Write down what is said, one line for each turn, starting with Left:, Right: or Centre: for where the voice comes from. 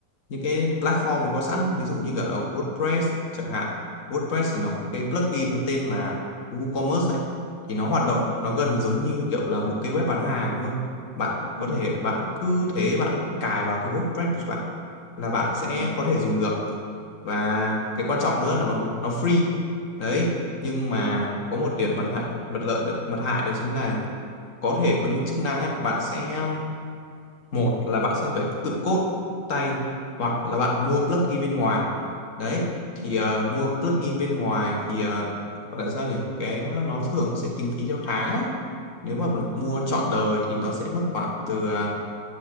Left: những cái platform nó có sẵn ví dụ như cả là WordPress chẳng hạn WordPress thì nó có cái plugin nó tên là WooCommerce ấy thì nó hoạt động
Right: ừ
Left: nó gần giống như kiểu là một cái web bán hàng luôn bạn
Right: ừ
Left: có thể bạn cứ thế bạn cài vào cái WordPress của bạn là bạn sẽ
Right: ừ
Left: có thể dùng được và
Right: ừ
Left: cái quan trọng nữa là nó nó free đấy nhưng mà có một điểm mặt hại mặt lợi mặt hại đó chính là có thể có những chức năng á, bạn sẽ một là bạn sẽ phải tự code tay hoặc
Right: ừ ừ.
Left: là bạn mua plugin bên ngoài đấy thì
Right: ừ.
Left: ờ, mua plugin bên ngoài thì ờ, gọi là sao nhỉ cái nó thường nó sẽ tính phí theo tháng ấy. nếu mà mình
Right: Ờ,
Left: mua trọn đời thì nó sẽ mất khoảng từ ờ,